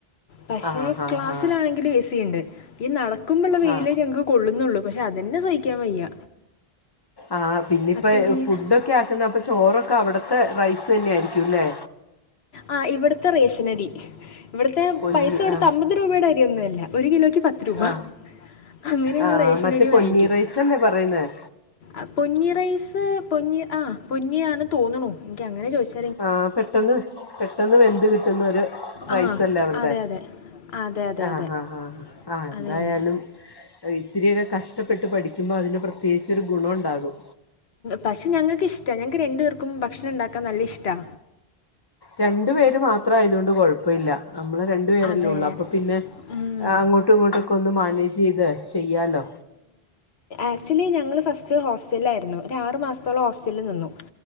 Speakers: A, on the left; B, on the left.
A: പക്ഷെ
B: ആ ആ
A: ക്ലാസ്സിലാണെങ്കിലും
B: ആ
A: എ സിണ്ട്. ഈ നടക്കുമ്പോ ഇള്ളെ വെയിലെ
B: ആ
A: ഞങ്ങക്ക് കൊള്ളുന്നൊള്ളൂ പക്ഷെ അതെന്നെ സഹിക്കാൻ വയ്യ.
B: ആഹ് പിന്നിപ്പെ
A: അത്രയ്ക്ക്
B: ഫുഡൊക്കെ ആക്കുന്നെ അപ്പൊ ചോറൊക്കെ അവിടുത്തെ റൈസ് തന്നെയായിരിക്കുംലേ?
A: ആഹ് ഇവട്ത്തെ റേഷെനരി ഇവട്ത്തെ
B: പൊന്നി
A: പൈസ കൊട്ത്
B: ആ
A: അമ്പത് രൂപയുടെ അരിഒന്നുഅല്ല ഒര് കിലോക്ക് പത് ത്ത് രൂപ
B: ആ
A: അങ്ങെനെയുള്ള
B: ആ
A: റേഷെനരി
B: മറ്റേ
A: വാങ്ങിക്കും.
B: പൊന്നി റൈസ് അല്ലേ പറയുന്നത്
A: അപൊന്നി റൈസ് പൊന്നി ആഹ പൊന്നിയാണ് തോന്ന്ണു എനിക്കങ്ങെനെ ചോയ്ച്ച
B: ആഹ പെട്ടെന്ന് പെട്ടെന്ന് വെന്ത്‌ കിട്ടുന്നൊരു റൈസല്ലേ
A: ആ
B: അവരുടെ
A: അതെ അതെ അതെ അതെ
B: ആഹ
A: അതെ
B: ആഹ ആഹാ ആഹ എന്തായാലും
A: അത് തന്നെ
B: ഇത്തിരിയൊക്കെ കഷ്ടപ്പെട്ട് പഠിക്കുമ്പോ അതിന് പ്രത്യേകിച്ചൊരു ഗുണം ണ്ടാകും.
A: പക്ഷെ ഞങ്ങൾക്ക് ഇഷ്ടാ ഞങ്ങക്ക് രണ്ടു പേർക്കും ഭക്ഷണം ണ്ടാക്കാൻ നല്ല ഇഷ്ടാ.
B: രണ്ടു പേര് മാത്രായതോണ്ട് കൊഴപ്പല്ല നമ്മൾ രണ്ടു പേരല്ലേ
A: അതെ
B: ഒള്ളൂ അപ്പം പിന്നെ
A: ഉം.
B: അങ്ങോട്ട് ട്ടും ഇങ്ങോട്ടുമൊക്കെ മാനേജ് ചെയ്ത് ചെയ്യാലോ,
A: ആക്ച്വലി ഞങ്ങൾ ഫസ്റ്റ് ഹോസ്റ്റല്ലായിരുന്നു ഒരു ആറു മാസത്തോളം ഹോസ്റ്റലിൽ നിന്നു.